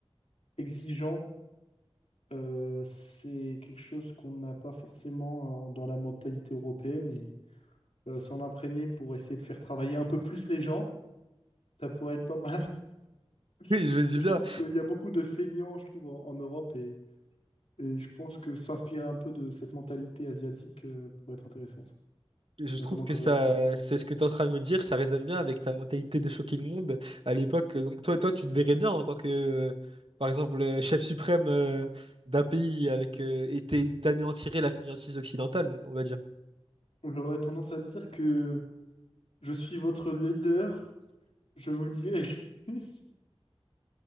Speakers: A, on the left; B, on the right.
A: exigeant. Euh, c'est quelque chose qu'on n'a pas forcément euh, dans la mentalité européenne et euh, s'en imprégner pour essayer de faire travailler un peu plus les gens, ça pourrait être pas mal. <laughs>
B: Oui, je me
A: Parce
B: dis
A: que
B: bien.
A: je trouve qu'il y a beaucoup de feignants, je trouve, en, en Europe et, et je pense que s'inspirer un peu de cette mentalité asiatique euh, pourrait être intéressante,
B: Je trouve
A: notamment
B: que
A: coréenne.
B: ça, c'est ce que tu es en train de me dire, ça résonne bien avec ta mentalité de choquer le monde à l'époque. Donc toi, toi, tu te verrais bien en tant que, euh, par exemple, euh, chef suprême euh, d'un pays avec euh, et t'es- t'anéantirais la fainéantise occidentale, on va dire.
A: J'aurais tendance à dire que je suis votre leader, je vous dirai. <laughs>